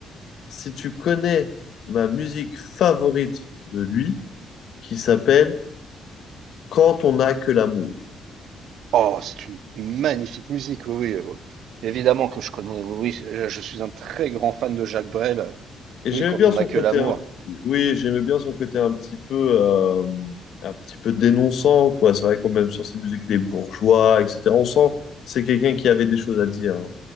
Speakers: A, on the left (about 65°); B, on the right (about 75°).
A: si tu connais ma musique favorite de lui, qui s'appelle Quand on n'a que l'amour.
B: Oh, c'est une magnifique musique, oui, oui. oui. Évidemment que je connais, oui, oui, je, je suis un très grand fan de Jacques Brel.
A: Et
B: Oui,
A: j'aimais
B: quand
A: bien
B: on
A: son
B: n'a que
A: côté
B: l'amour.
A: un petit- oui, j'aimais bien son côté un petit peu euh, un petit peu dénonçant quoi. C'est vrai quand même sur ses musiques les bourgeois, etc. On sent que c'est quelqu'un qui avait des choses à dire. hein.